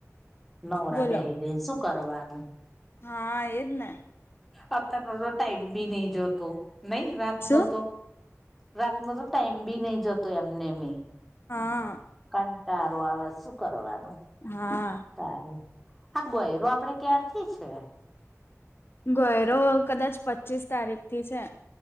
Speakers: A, in the centre; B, on the left (about 45°).
A: નવરા
B: બોલો
A: બેહેરીને શું કરવાનું?
B: હા એજ ને.
A: આંતર તો ટાઈમ બી નહી જોતો નહી રાત
B: શું
A: નો તો? રાતનો તો ટાઈમ બી નઈ જતો એમને એમ.
B: હા
A: કંટારો આવે શું કરવાનું.
B: હા
A: તારી આ ગોયરો આપડે ક્યારથી છે?
B: ગયરો કદાચ પચીસ તારીખ થી છે.